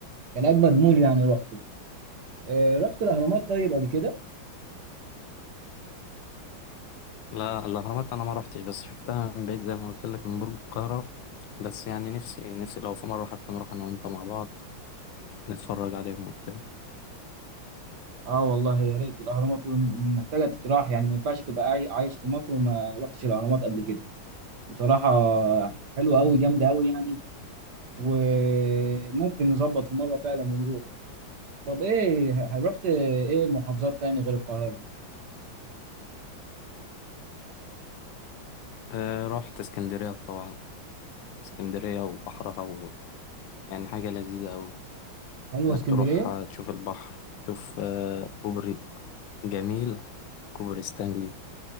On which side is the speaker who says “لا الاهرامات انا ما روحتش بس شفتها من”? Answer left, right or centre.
Left